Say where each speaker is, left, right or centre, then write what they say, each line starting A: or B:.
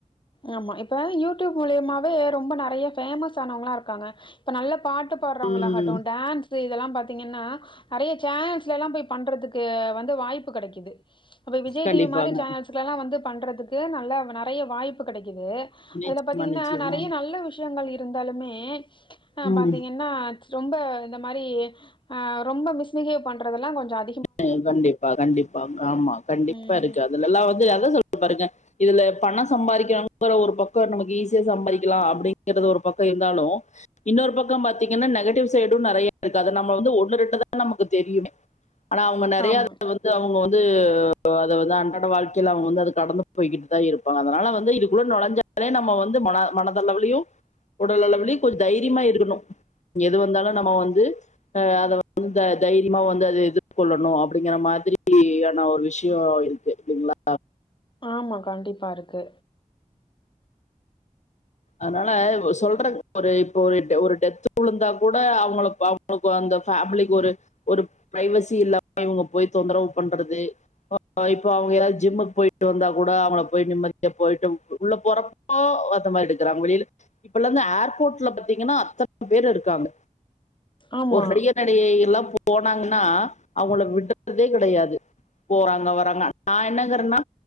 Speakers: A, on the left; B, on the left.
A: ஆமா இப்ப யூடியூப் மூலியமாவே ரொம்ப நறைய ஃபேமஸ் ஆனவுங்களா இருக்காங்க இப்ப நல்ல பாட்டு பாடுறவங்களகட்டு
B: உம்
A: டான்ஸ் இதெல்லா பாத்தீங்கன்னா நறைய சேனல்ஸ்ல எல்லா போய் பண்றதுக்கு வந்து வாய்ப்பு கிடைக்குது இப்ப விஜய்
B: கண்டிப்பாங்க
A: டிவி மாரி சேனல்ஸ் எல்லா வந்து பண்றதுக்கு நல்ல நறைய வாய்ப்பு கிடைக்குது அதுல
B: நிச்சயமா
A: பாத்தீங்கன்னா
B: நிச்சயமா
A: நறைய நல்ல விஷயங்கள் இருந்தாலுமே அ
B: ம்
A: பாத்தீங்கன்னா ரொம்ப இந்த மாரி ஆ ரொம்ப மிஸ்பிஹேவ் பண்றதெல்லா கொஞ்ச அ
B: ம் கண்டிப்பா கண்டிப்பா ஆமா கண்டிப்பா
A: ம்.
B: இருக்கு அதுல எல்லா வந்து அதா சொல்ற பாருங்க இதுல பண சம்பாரிக்கணுங்கிற ஒரு பக்கம் நமக்கு ஈஸியா சம்பாரிக்கலா அப்படிங்கறது ஒரு பக்க இருந்தாலு இன்னொரு பக்கம் பாத்தீங்கன்னா நெகட்டிவ் சைடு நறைய இருக்கு அத நமக்கு வந்து ஒன்னு ரெண்டுதா நமக்கு தெரியுமே ஆனா அவுங்க நறைய
A: ஆமா.
B: அதுல வந்து து அவுங்க வந்து அத வந்து அன்றாட வாழ்க்கையில அவுங்க வந்து கடந்து போயிட்டுகிட்டு தா இருப்பாங்க அதனால வந்து இதுக்குள்ள நுழஞ்சா லே நம்ம வந்து மன மனதளவுலயு உடல் அளவுலையு கொஞ்ச தைரியமா இருக்கணு எது வந்தாலு நம்ம வந்து அ அத வந்து தைரியமா வந்து அத எதிர் கொள்ளணு அப்படிங்குற மாதிரியான ஒரு விஷயோ இருக்கு இல்லைங்களா
A: ஆமா கண்டிப்பா இருக்கு
B: அதனால சொல்ற ஒரு இப்ப ஒரு ஒரு டெத் விழுந்தா கூட அவுங்கள அந்த ஃபேமிலிக்கு ஒரு ஒரு பிரைவசி இல்லாம இவுங்க போய் தொந்தரவு பண்றது இப்போ அவுங்க எதாவது ஜிம்முக்கு போயிட்டு வந்தா கூட அவுங்கள போய் நிம்மதியா போயிட்டு உள்ள போறப்போ அந்த மாரிருக்கு க்கறா மொழில இப்பல இருந்து ஏர்போர்ட்ல பாத்தீங்கன்னா அத்தன பேர் இருக்காங்க
A: ஆமா.
B: ஒரு பெரிய ரிய நடிகை எல்லா போனாங்கன்னா அவங்கள விடுறதே கிடையாது போறாங்க வறாங்க நா என்னங்கறனா